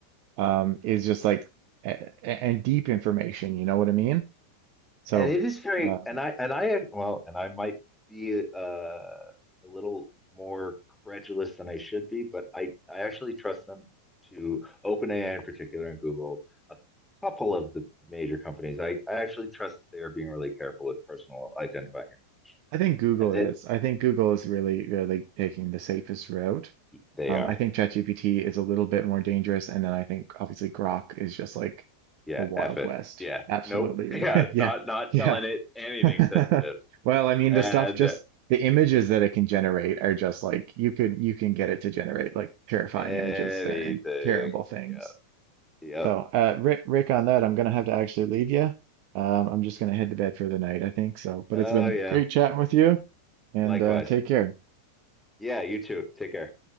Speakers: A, on the right (about 45°); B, in the centre.
A: um, is just like a- a- and deep information, you know what I mean? So
B: and it is very
A: uh,
B: and i and i well and i might be uh, a little more credulous than i should be but i i actually trust them to openai in particular and google a couple of the major companies i i actually trust that they are being really careful with personal identifying information.
A: I think Google
B: and that
A: is. I think Google is really, really taking the safest route.
B: they
A: Um,
B: are
A: I think ChatGPT is a little bit more dangerous, and then I think obviously Grok is just like
B: yeah
A: the Wild
B: F it
A: West.
B: yeah
A: Absolutely.
B: nope <laughs> yeah
A: <laughs> Yeah.
B: not not
A: Yeah.
B: telling it anything
A: <laughs>
B: sensitive
A: Well, I mean,
B: and
A: the stuff just the images that it can generate are just like you can you can get it to generate like terrifying
B: anything
A: images and, and terrible things.
B: yeah yep
A: So,
B: Yeah.
A: uh, Rick, Rick, on that, I'm gonna have to actually leave you. Um, I'm just gonna head to bed for the night, I think so. But
B: oh
A: it's been
B: yeah
A: great chatting with you, and
B: likewise
A: uh, take care.
B: Yeah, you too. Take care.